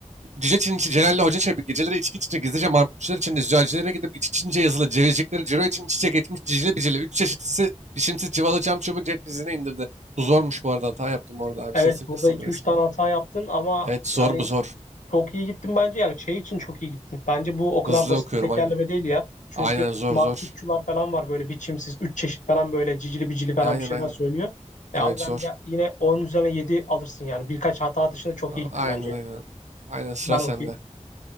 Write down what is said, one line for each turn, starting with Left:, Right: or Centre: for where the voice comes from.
Right: Cüce Çinçi Celal'le Hoca Çebi geceleri içki içince gizlice marputçular içinde züccacilere gidip iç içince yazılı cevizcikleri ciro için iç içe geçmiş cicili bicili. Üç çeşitlisi biçimsiz cıvalı cam çubuğu cep dizine indirdi. Bu zormuş bu arada hata yaptım orada abi
Left: Evet
Right: sesim kısıldı
Left: burada iki
Right: resmen.
Left: üç tane hata yaptın ama
Right: Evet zor
Left: yani
Right: bu zor.
Left: çok iyi gittin bence yani şey için çok iyi gittin. Bence bu o kadar
Right: Hızlı
Left: basit
Right: okuyorum
Left: bir tekerleme
Right: aynen.
Left: değil ya. Çünkü
Right: Aynen zor
Left: marputçular
Right: zor.
Left: falan var böyle biçimsiz 3 çeşit falan böyle cicili bicili falan
Right: E, Aynen
Left: bir şeyler
Right: aynen.
Left: söylüyor. E
Right: Evet
Left: abi ben
Right: zor.
Left: ya yine 10 üzerine 7 alırsın yani birkaç hata dışında çok
Right: Tamam,
Left: iyi gittin
Right: Aynen
Left: bence.
Right: aynen. Aynen sıra
Left: Ben
Right: sende.
Left: okey.